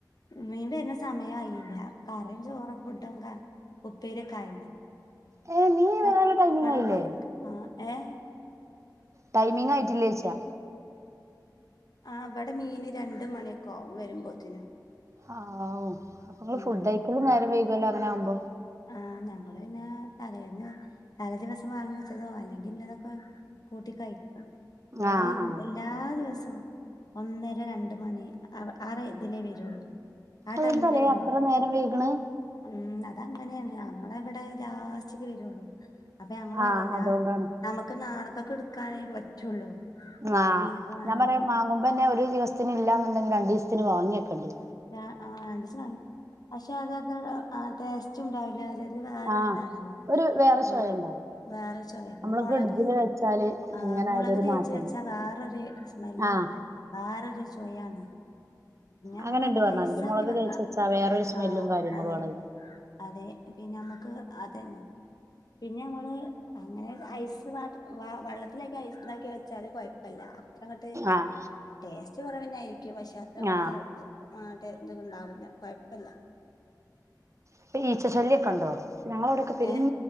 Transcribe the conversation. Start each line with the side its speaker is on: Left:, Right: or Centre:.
Left: മീൻ വരുന്ന സമയം ആയില്ല കറീം ചോറും ഫുഡൊക്കെ ഉപ്പേരിക്ക ആയിരുന്നു
Right: ഏ നീ വരാനുള്ള
Left: ആഹ്
Right: ടൈമിങ് ആയില്ലേ
Left: <unintelligible> ആഹ് ഏഹ്
Right: ടൈമിങ് ആയിട്ടില്ലേച്ചാ
Left: ആഹ് ഇവിടെ മീന് രണ്ട് മണിയൊക്കെ ആവും വരുമ്പോത്തിന്
Right: ആഹ് ഓ അപ്പൊ നിങ്ങള്
Left: ഉം
Right: ഫുഡയ്ക്കലും നേരം വൈകുവല്ലോ അങ്ങനെ ആവുമ്പോ
Left: ആഹ് ഞങ്ങള് പിന്നെ തലേന്ന് തലേ ദിവസം വാങ്ങി വെച്ചതോ അല്ലെങ്കിൽ ഉള്ളതൊക്കെ കൂട്ടി കഴക്ക ഇവിടെ
Right: ആഹ് ആഹ്
Left: എല്ലാ ദിവസവും ഒന്നര രണ്ട് മണി ആറെ ഇതിലേ വരുള്ളൂ ആ
Right: അതെന്താലേ
Left: ടൈമിലേ വരുള്ളൂ
Right: അത്ര നേരം വൈകണ്
Left: ഉം അങ്ങനെയാണ് നമ്മള ഇവിടെ ലാസ്റ്റ്ക്ക് വരുള്ളു അപ്പൊ ഞങ്ങള്
Right: ആഹ്
Left: പറയ എല്ലാ
Right: അതുകൊണ്ടാണ്
Left: നമുക്ക് നാളെക്കെക്കെടുക്കാനേ പറ്റുള്ളൂ
Right: ആഹ്
Left: മീനൊക്കെ വാങ്ങിയാല്
Right: ഞാൻ പറയും മാങ്ങുമ്പന്നെ ഒരു ദിവസത്തിന് ഇല്ലന്നുണ്ടെങ്കിൽ രണ്ടു ദിവസത്തിന് വാങ്ങിവെക്കണ്ടേ
Left: ആഹ് രണ്ട് ദിവസം വാങ്‌ പക്ഷെ അത അതോ ടേസ്റ്റ് ഉണ്ടാവില്ല ചെറിയ വേറൊരിതാണല്ലോ
Right: ആഹ് ഒരു വേറെ
Left: മാ
Right: ചൊവ ഉണ്ടാവും
Left: വേറെ ചൊവയ പിന്നെ
Right: നമ്മള്
Left: മുളക്
Right: ഫ്രിഡ്ജില് വെച്ചാല്
Left: ആഹ്
Right: എങ്ങനെ
Left: മുളക്
Right: ആയാലും ഒരു
Left: തേച്ച്
Right: മാറ്റം
Left: വെ ച്ചാ വേറൊരു സ്മെല്ലും
Right: ആഹ്
Left: വേറൊരു ചൊവയാണ് നമ്മളങ്ങനെ
Right: അങ്ങനെണ്ട് പറഞ്ഞാതിരി
Left: ഐസാക്കി
Right: മുളക്
Left: വെക്ക
Right: തേച്ച് വെച്ചാ വേറൊരു സ്മെല്ലും
Left: ആഹ്
Right: കാര്യങ്ങളും
Left: അതെ
Right: ആണ് അതിന്
Left: അതെ പിന്നെ നമുക്ക് അതന്നെ പിന്നെ നമ്മള് അങ്ങനെ ഐസ് വാട്ട് വെള്ളത്തിലൊക്കെ ഐസ് ഉണ്ടാക്കി വെ ച്ചാല് കുഴപ്പില്ല അത്രങ്ങട്ട്
Right: ആഹ്
Left: ടേസ്റ്റ് കുറവ തന്നെയായിരിക്കും പക്ഷെ അത്രങ്ങട്ട്
Right: ആഹ്
Left: ആഹ് ടെ ഇതുണ്ടാവില്ല കുഴപ്പില്ല
Right: ഇപ്പൊ ഈച്ചശല്യൊക്കെ ഉണ്ടോ ഞങ്ങള അവിടെയൊക്കെ പെരും
Left: ഏഹ്